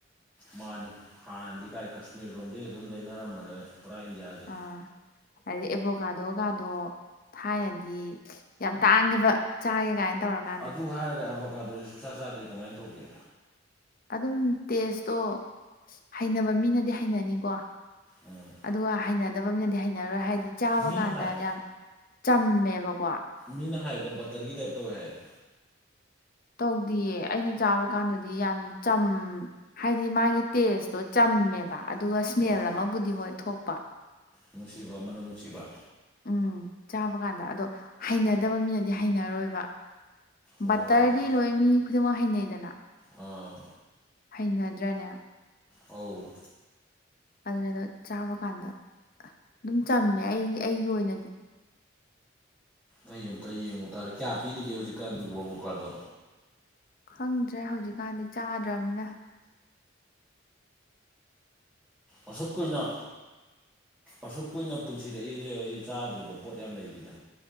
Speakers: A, in the centre; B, on the left (about 45°).
A: ꯃꯥꯅꯦ ꯍꯥꯟꯅꯗꯤ ꯀꯥꯏ ꯀꯁꯃꯤꯔ ꯂꯣꯝꯗꯩ ꯑꯗꯨꯝ ꯂꯩꯅꯔꯝꯕꯅꯦ ꯄꯨꯔꯥ ꯏꯟꯗꯤꯌꯥꯖꯦ
B: ꯑꯥ ꯑꯗꯩ ꯑꯦꯕꯣꯀꯥꯗꯣ ꯀꯥꯗꯣ ꯊꯥꯏꯅꯗꯤ ꯌꯥꯝ ꯇꯥꯡꯉꯦꯕ ꯆꯥꯏꯌꯦ ꯀꯥꯏꯅ ꯇꯧꯔꯒ
A: ꯑꯗꯨ ꯍꯥꯏꯔꯒ ꯑꯕꯣꯀꯥꯗꯨꯖꯨ ꯁꯨꯡꯆꯥ ꯆꯥꯗ꯭ꯔꯤ ꯀꯃꯥꯏꯅ ꯇꯧꯒꯦ
B: ꯑꯗꯨꯝ ꯇꯦꯁꯇꯣ ꯍꯩꯅꯕ ꯃꯤꯅꯗꯤ ꯍꯩꯅꯅꯤꯀꯣ
A: ꯎꯝ
B: ꯑꯗꯨꯒ ꯍꯩꯅꯗꯕ ꯃꯤꯅꯗꯤ ꯍꯩꯅꯔꯣꯏ ꯍꯥꯏꯗꯤ ꯆꯥꯕ
A: ꯃꯤꯅ
B: ꯀꯥꯟꯗ
A: ꯍꯥꯏ
B: ꯌꯥꯝ ꯆꯝꯃꯦꯕꯀꯣ
A: ꯃꯤꯅ ꯍꯥꯏꯕꯗ ꯕꯇꯔꯒꯤ ꯇꯥꯏꯞꯇ ꯇꯧꯋꯦ ꯍꯥꯏꯌ‌ꯦ
B: ꯇꯧꯗ‌ꯦꯌꯦ ꯑꯩꯅ ꯆꯥꯕ ꯀꯥꯟꯗꯗꯤ ꯌꯥꯝ ꯆꯝ ꯍꯥꯏꯗꯤ ꯃꯥꯒꯤ ꯇꯦꯁꯇꯣ ꯆꯝꯃꯦꯕ ꯑꯗꯨꯒ ꯏꯁꯃꯦꯜ
A: ꯑꯥ
B: ꯑꯃꯕꯨꯗꯤ ꯍꯣꯏ ꯊꯣꯛꯄ
A: ꯅꯨꯡꯁꯤꯕ ꯃꯅꯝ ꯅꯨꯡꯁꯤꯕ
B: ꯎꯝ ꯆꯥꯕ ꯀꯥꯟꯗ ꯑꯗꯣ ꯍꯩꯅꯗꯕ ꯃꯤꯅꯗꯤ ꯍꯩꯅꯔꯣꯏꯕ
A: ꯑꯣ
B: ꯕꯇꯔꯗꯤ ꯂꯣꯏ ꯃꯤ ꯈꯨꯗꯤꯡꯃꯛ ꯍꯩꯅꯩꯗꯅ
A: ꯑꯥ
B: ꯍꯩꯅꯗ꯭ꯔꯅꯦ
A: ꯑꯧ
B: ꯑꯗꯨꯗꯣ ꯆꯥꯕ ꯀꯥꯟꯗ ꯑꯗꯨꯝ ꯆꯝꯃꯦ ꯑꯩ ꯑꯩꯒꯤ ꯑꯣꯏꯅꯗꯤ
A: ꯑꯩ ꯑꯃꯝꯇ ꯌꯦꯡꯉꯨ ꯇꯥꯔꯦ ꯀꯌꯥ ꯄꯤꯔꯤꯒꯦ ꯍꯧꯖꯤꯛꯀꯥꯟꯖꯤꯕꫭ ꯑꯦꯕꯣꯀꯥꯗꯣ
B: ꯈꯪꯗ꯭ꯔꯦ ꯍꯧꯖꯤꯛꯀꯥꯟꯗꯤ ꯆꯥꯗ꯭ꯔꯕꯅꯤꯅ
A: ꯑꯁꯨꯛ ꯀꯨꯏꯅ ꯑꯁꯨꯛ ꯀꯨꯏꯅ ꯄꯨꯟꯁꯤꯗ ꯑꯩ ꯆꯥꯗ꯭ꯔꯤꯕ ꯄꯣꯠ ꯌꯥꯝ ꯂꯩꯔꯤꯗ